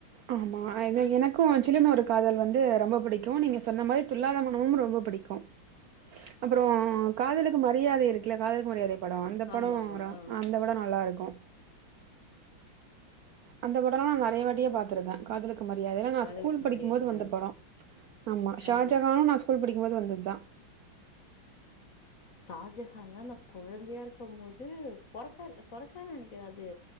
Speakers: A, on the right; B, on the left.
A: ஆமா அது எனக்கு ஜில்லுனு ஒரு காதல் வந்து ரொம்ப புடிக்கு நீங்க சொன்ன மாரி துள்ளாத மனமும் ரொம்ப புடிக்கு அப்றோ காதலுக்கு மரியாதை இருக்குல காதலுக்கு மரியாதை படோ அந்த படோ
B: ஆமாமா.
A: வரு
B: ஆ.
A: அந்த படோ நல்லா இருக்கு அந்த படல்லா நெறையாவாட்டியே பாத்திருக்கே காதலுக்கு மரியாதைல்ல நா
B: காதலுக்கு
A: ஸ்கூல் படிக்கு
B: மரியாதையா
A: போது வந்த படோ ஆமா ஷாஜகானு
B: ஆ ஆ
A: நா ஸ்கூல் படிக்கும்போது வந்தது தா
B: ஷாஜஹான்லா நா கொழந்தையா இருக்கு போது பொறக்க பொறக்கலானு நெனைக்கிறே அது